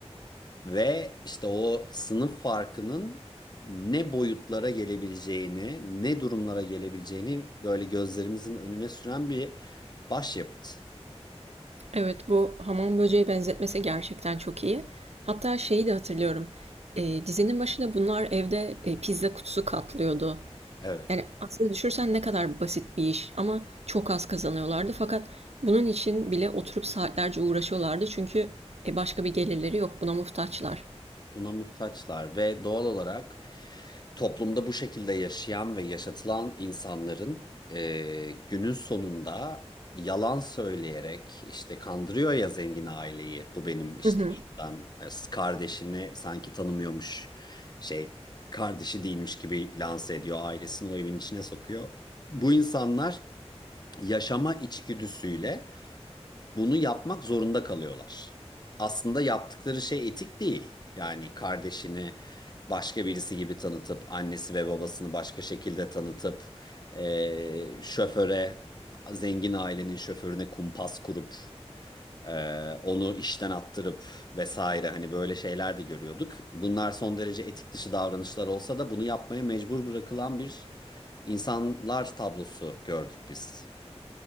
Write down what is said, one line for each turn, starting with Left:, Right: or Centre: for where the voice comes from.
Left: ve işte o sınıf farkının ne boyutlara gelebileceğini, ne durumlara gelebileceğini böyle gözlerimizin önüne süren bir başyapıt.
Right: Evet, bu hamam böceği benzetmesi gerçekten çok iyi. Hatta şeyi de hatırlıyorum. E, dizinin başında bunlar evde e, pizza kutusu katlıyordu.
Left: Evet.
Right: Yani aslında düşürsen ne kadar basit bir iş ama çok az kazanıyorlardı. Fakat bunun için bile oturup saatlerce uğraşıyorlardı. Çünkü e, başka bir gelirleri yok, buna muhtaçlar.
Left: Buna muhtaçlar ve doğal olarak toplumda bu şekilde yaşayan ve yaşatılan insanların e, günün sonunda yalan söyleyerek işte kandırıyor ya zengin aileyi. Bu benim işte
Right: <laughs>
Left: şuradan e, kardeşini sanki tanımıyormuş şey kardeşi değilmiş gibi lanse ediyor. Ailesini o evin içine sokuyor. Bu insanlar yaşama içgüdüsüyle bunu yapmak zorunda kalıyorlar. Aslında yaptıkları şey etik değil. Yani kardeşini başka birisi gibi tanıtıp annesi ve babasını başka şekilde tanıtıp e, şoföre zengin ailenin şoförüne kumpas kurup e, onu işten attırıp vesaire hani böyle şeyler de görüyorduk. Bunlar son derece etik dışı davranışlar olsa da bunu yapmaya mecbur bırakılan bir insanlar tablosu gördük biz.